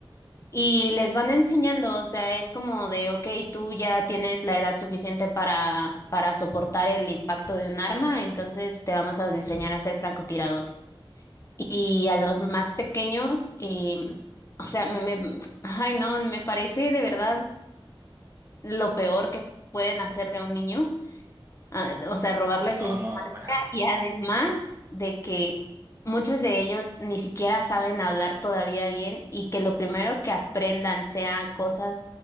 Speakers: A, on the left; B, on the right.
A: Y les van enseñando, o sea, es como de, ok, tú ya tienes la edad suficiente para, para soportar el impacto de un arma, entonces te vamos a enseñar a ser francotirador. Y a los más pequeños, em, o sea, me, me, ay no, me parece de verdad lo peor que pueden hacerle a un niño, ah, o sea, robarle
B: No,
A: su infancia
B: no, <laughs> me-
A: y además de que muchos de ellos ni siquiera saben hablar todavía bien y que lo primero que aprendan sea cosas